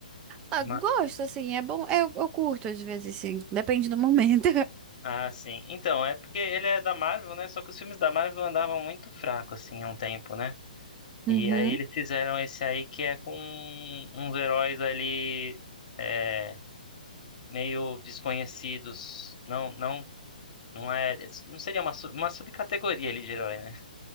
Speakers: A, on the right; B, on the left.
A: Ah,
B: ma-
A: gosto, assim, é bom. Eu, eu curto às vezes, sim. Depende do momento. <laughs>
B: Ah, sim. Então, é porque ele é da Marvel, né? Só que os filmes da Marvel andavam muito fracos, assim, há um tempo, né?
A: Uhum,
B: E aí eles fizeram esse aí que é com uns heróis ali. é, meio desconhecidos, não, não, não é, não seria uma, sub- uma subcategoria ali de herói, né?